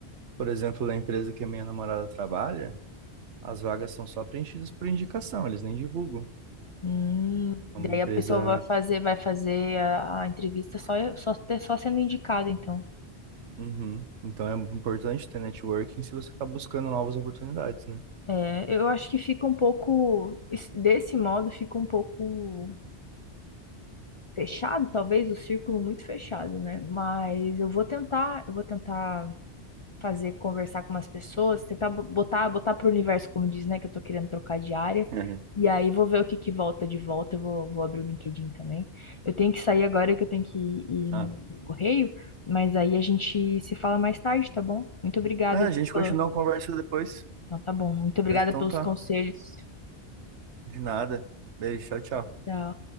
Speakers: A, on the right; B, on the left.
A: por exemplo, na empresa que a minha namorada trabalha, as vagas são só preenchidas por indicação, eles nem divulgam.
B: Hum, daí
A: É uma empresa.
B: a pessoa vai fazer, vai fazer a, a entrevista só, só, só sendo indicada, então.
A: Uhum. Então é importante ter networking se você está buscando novas oportunidades, né?
B: É, eu acho que fica um pouco, es- desse modo, fica um pouco fechado, talvez o círculo muito fechado, né? Mas eu vou tentar, eu vou tentar fazer conversar com umas pessoas, tentar bo- botar, botar para o universo, como diz, né? Que eu tô querendo trocar de área.
A: <laughs>
B: E aí vou ver o que que volta de volta. Eu vou, vou abrir o LinkedIn também. Eu tenho que sair agora que eu tenho que ir,
A: Tá.
B: ir no correio, mas aí a gente se fala mais tarde, tá bom? Muito obrigada
A: Ah, a gente
B: pela...
A: continua a conversa depois.
B: Então tá bom. Muito obrigada
A: Mas então
B: pelos
A: tá.
B: conselhos.
A: De nada. Beijo, tchau, tchau.
B: Tchau.